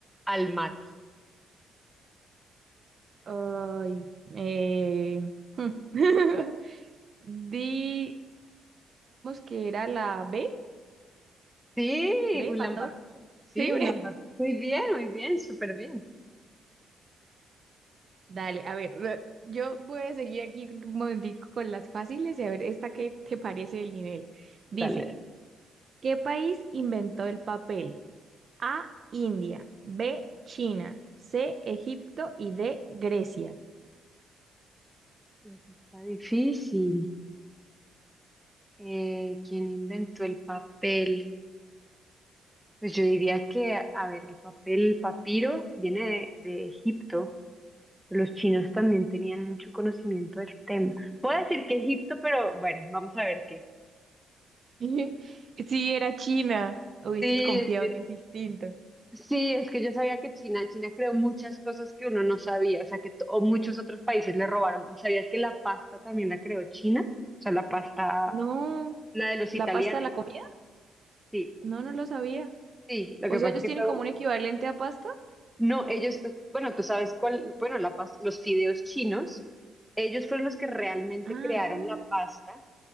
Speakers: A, in the centre; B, on the right (about 45°).
A: Almaty.
B: Ay, eh... <laughs> Digamos que era la B,
A: Sí,
B: B,
A: Ulaanbaatar.
B: Bator,
A: Sí,
B: ¿sí?
A: Ulaanbaatar. Muy bien, muy bien, súper bien.
B: Dale, a ver, re- yo voy a seguir aquí un momentico con las fáciles y a ver esta qué te parece el nivel. Dice,
A: Dale.
B: ¿qué país inventó el papel? A, India, B, China, C, Egipto y D, Grecia.
A: Eso está difícil. Eh, ¿quién inventó el papel? Pues yo diría que, a ver, el papel, papiro, viene de, de Egipto. Los chinos también tenían mucho conocimiento del tema. Puedo decir que Egipto, pero bueno, vamos a ver qué.
B: <laughs> Sí, era China. Hubieses
A: Sí,
B: confiado
A: sí,
B: en ese instinto.
A: Sí, es que yo sabía que China, China creó muchas cosas que uno no sabía, o sea, que to- o muchos otros países le robaron. ¿Sabías que la pasta también la creó China? O sea, la pasta,
B: No,
A: la de los
B: ¿la
A: italianos,
B: pasta de la comida?
A: sí,
B: No, no lo sabía.
A: sí, lo
B: O
A: que pasa
B: sea, ellos
A: es que
B: tienen
A: fue,
B: como
A: un-
B: un equivalente a pasta.
A: no, ellos, eh, bueno, tú sabes cuál, bueno, la pasta, los fideos chinos, ellos fueron los que realmente
B: Ah,
A: crearon la pasta